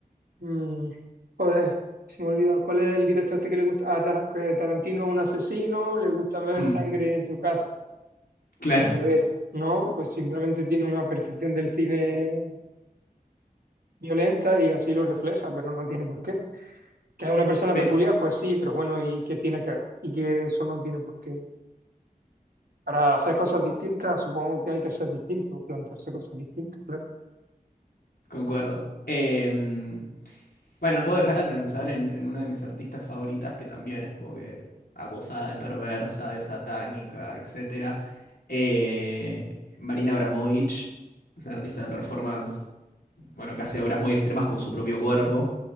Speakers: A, on the right; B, on the left.
A: mm, joder, se me ha olvidado, ¿cuál es el director este que le gusta? Ah, Tara- que Tarantino es un asesino, le gusta ver
B: Mm,
A: sangre en su casa.
B: claro,
A: en la nevera, ¿no? Pues simplemente tiene una percepción del cine violenta y así lo refleja, pero no tiene por qué. Que es una persona
B: <laughs> Pe-
A: peculiar, pues sí, pero bueno, ¿y qué tiene que ver? Y que eso no tiene por qué. Para hacer cosas distintas, supongo que hay que ser distinto, plantearse cosas distintas, claro.
B: concuerdo. Em, Bueno, no puedo dejar de pensar en, en una de mis artistas favoritas que también es como que acosada de perversa, de satánica, etcétera. Eh, Marina Abramovich, es una artista de performance, bueno, que hace obras muy extremas con su propio cuerpo.